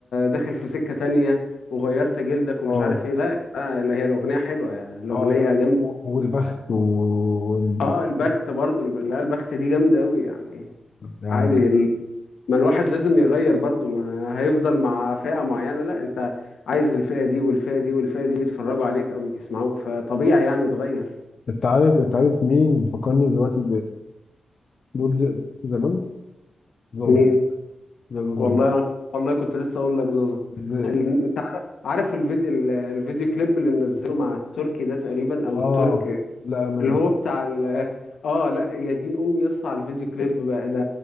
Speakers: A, on the left (about 80°); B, on the left (about 60°).
A: داخل في سكة تانية وغيرت جلدك ومش
B: اه
A: عارف إيه لا آه، هي الأغنية حلوة يعني الأغنية
B: اه
A: جامدة
B: والبخت ومش
A: أه
B: عارف
A: البخت
B: إيه.
A: برضه لا البخت دي جامدة أوي يعني
B: يعني
A: عادي ما الواحد لازم يغير برضو ما هيفضل مع فئة معينة لا انت عايز الفئة دي والفئة دي والفئة دي يتفرجوا عليك او يسمعوك فطبيعي يعني تغير
B: انت عارف انت عارف مين بيفكرني دلوقتي بلوجز زمان زازا
A: مين
B: يا زازا
A: والله
B: عمر
A: أنا والله كنت لسه اقول لك زوزة
B: ز...
A: ال- انت عار- عارف الفيديو الفيديو كليب اللي منزله مع التركي ده تقريبا او
B: اه
A: الترك
B: لا امان
A: اللي هو بتاع ال اه لا يا دين امي يص على الفيديو كليب بقى ده